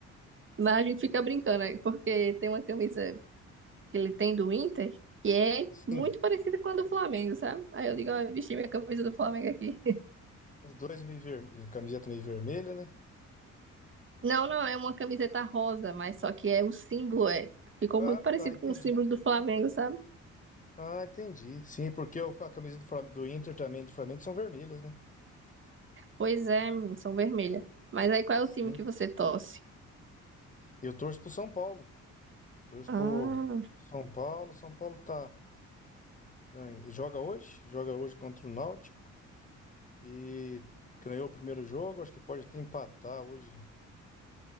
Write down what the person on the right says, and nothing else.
Mas a gente fica brincando aí, porque tem uma camisa que ele tem do Inter que é
muito parecida com a do Flamengo, sabe? Aí eu digo, ó, eu vesti minha camisa do Flamengo aqui.
Não, não, é uma camiseta rosa, mas só que é o símbolo, é. Ficou
muito parecido
com o símbolo do Flamengo, sabe?
Pois é, menino, são vermelha. Mas aí qual é
o time que você torce?
Ah,